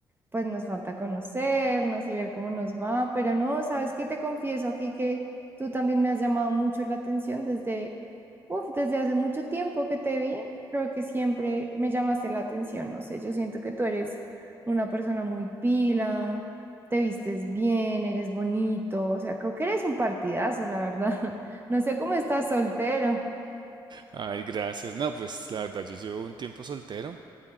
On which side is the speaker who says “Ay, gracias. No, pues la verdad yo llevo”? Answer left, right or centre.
Right